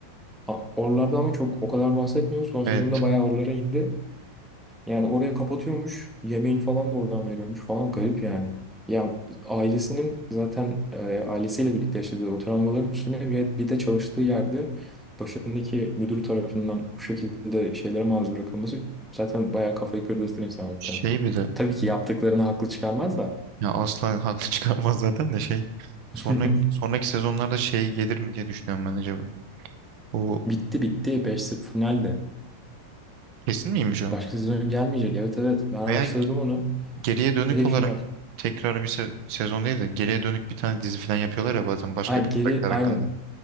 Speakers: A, in the centre; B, on the right.
A: A- Oralarda ama çok o kadar bahsetmiyoruz. Son sezonda
B: Evet
A: bayağı oralara indi. Yani oraya kapatıyormuş. Yemeğini falan da oradan veriyormuş falan. Garip yani. Ya ailesinin zaten e, ailesiyle birlikte yaşadığı o travmaların üstüne bir, bir de çalıştığı yerde başındaki müdür tarafından bu şekilde şeylere maruz bırakılması zaten bayağı kafayı kırdırtır insan muhtemelen.
B: şey bir de
A: Tabii ki yaptıklarını haklı çıkarmaz da.
B: ya asla haklı <laughs> çıkarmaz zaten de şey sonra
A: <laughs>
B: sonraki sezonlarda şey gelir mi diye düşünüyorum ben acaba. Bu
A: Bitti bitti. beş 0 finalde.
B: kesin miymiş o?
A: Başka sezon gelmeyecek. Evet evet. Ben araştırdım
B: Veya
A: onu.
B: geriye dönük
A: Direkt
B: olarak
A: final.
B: tekrar bir se- sezon değil de geriye dönük bir tane dizi falan yapıyorlar ya bazen başka
A: Ay,
B: bir
A: geri
B: karakter
A: aynen.
B: hakkında.